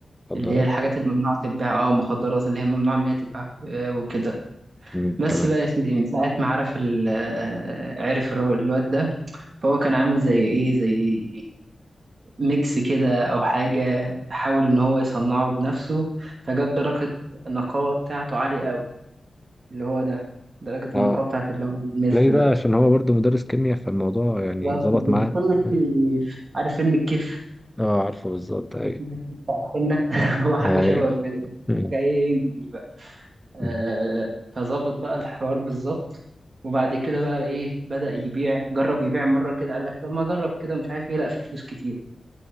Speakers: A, in the centre; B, on the right.
A: مخدرات
B: اللي هي الحاجات الممنوعة تتباع اه مخدرات اللي هي ممنوعة إن هي تتباع آه، وكده
A: مم،
B: بس
A: تمام
B: بقى يا سيدي من ساعة ما عرف ال- آه، عرف الر- الواد ده فهو كان عامل زي ايه زي ميكس كده او حاجه حاول ان هو يصنعه بنفسه فجاب درجه النقاوه بتاعته عاليه قوي اللي هو ده درجه
A: اه
B: النقاوه بتاعت اللي هو الميس
A: تلاقي
B: ده
A: بقى عشان هو برضه مدرس كيمياء فالموضوع يعني
B: بالظبط
A: ظبط
B: كده
A: معاه
B: فيلم الكيف
A: <laughs>
B: عارف فيلم الكيف
A: اه عارفه بالظبط ايوه
B: فيلم الكيف بتاع الحنه <laughs> هو حاجه
A: ايوه
B: شبه كده
A: مم.
B: حاجه ايه انجلش بقى آه
A: مم.
B: فظبط بقى الحوار بالظبط وبعد كده بقى ايه بدأ يبيع جرب يبيع مره كده قال لك طب ما اجرب كده ومش عارف ايه لا في فلوس كتير